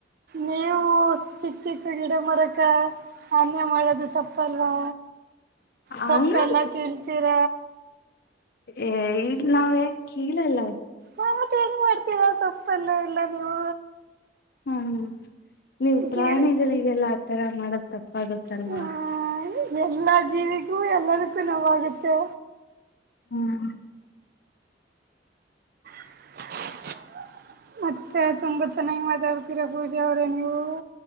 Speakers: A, on the right (about 50°); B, on the left (about 55°).
A: ನೀವು ಚಿಕ್ಕ- ಚಿಕ್ಕ ಗಿಡ ಮರಗಳ ಧಾನ್ಯ <unintelligible> ಮಾಡೋದು ತಪ್ಪಲ್ವಾ ಸೊಪ್ಪ
B: ಹಂಗ
A: ಎಲ್ಲ ಕೀಳ್ತೀರ.
B: ಏಯ್ ಈಗ ನಾವೇನು ಕೀಳಲ್ಲ.
A: ಮ ಮತ್ ಹೆಂಗ್ ಮಾಡ್ತೀರ ಸೊಪ್ಪೆಲ್ಲ ಎಲ್ಲ ನೀವು
B: ಹ್ಮ್, ಹ್ಮ, ನೀವು ಪ್ರಾಣಿಗಳಿಗೆಲ್ಲ
A: ಕೇಳಿ
B: ಆತರ ಮಾಡ ತಪ್ಪಾಗತ್ತಲ್ವಾ.
A: ಹ ಎಲ್ಲಾ ಜೀವಿಗೂ ಎಲ್ಲದಕ್ಕೂ ನೋವಾಗುತ್ತೆ.
B: ಹ್ಮ್
A: <inaudible> <inaudible> ಮತ್ತೆ ತುಂಬಾ ಚೆನ್ನಾಗಿ ಮಾತಾಡ್ತೀರಾ ಪೂಜೆ ಅವ್ರೇ ನೀವು.